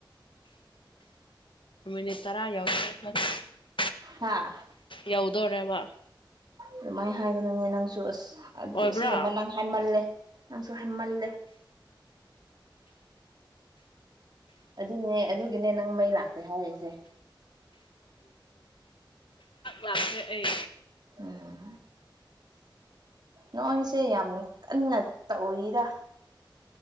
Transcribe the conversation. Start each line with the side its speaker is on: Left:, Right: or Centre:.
Left: ꯃꯤꯅꯤꯠ ꯇꯔꯥ ꯌꯥꯎ <inaudible>
Right: ꯍꯥꯥ
Left: ꯌꯧꯗꯣꯔꯦꯕ
Right: ꯑꯗꯨꯃꯥꯏꯅ ꯍꯥꯏꯒꯅꯨꯅꯦ ꯅꯪꯁꯨ ꯑꯁ ꯑꯗꯨ
Left: ꯑꯣꯏꯕ꯭ꯔꯥ
Right: ꯁꯤꯒꯨꯝꯕ ꯅꯪ ꯍꯥꯏꯃꯜꯂꯦ ꯅꯪꯁꯨꯣ ꯍꯥꯏꯃꯜꯂꯦ ꯑꯗꯨꯅꯦ ꯑꯗꯨꯒꯤꯅꯦ ꯅꯪ ꯃꯩ ꯂꯥꯛꯇꯦ ꯍꯥꯏꯔꯛꯏꯁꯦ
Left: ꯂꯥꯛꯈ꯭ꯔꯦ ꯑꯩ
Right: ꯎꯝ ꯅꯣꯏꯁꯦ ꯌꯥꯝ ꯀꯟꯅ ꯇꯧꯔꯤꯗ